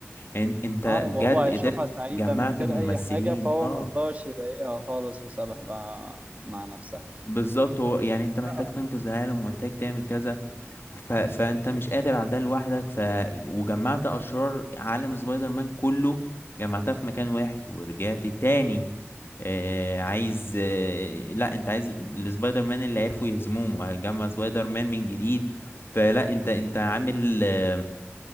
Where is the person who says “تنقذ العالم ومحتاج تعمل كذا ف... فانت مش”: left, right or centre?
Left